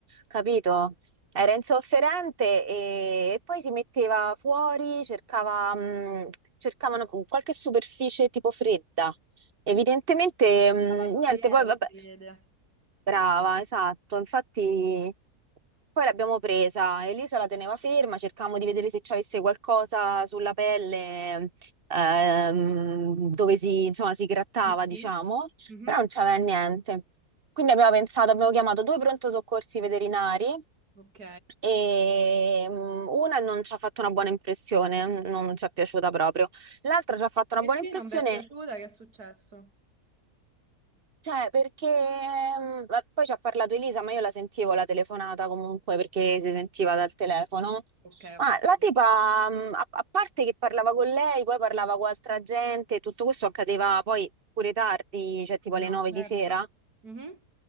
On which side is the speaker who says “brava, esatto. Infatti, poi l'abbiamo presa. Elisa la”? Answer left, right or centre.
Right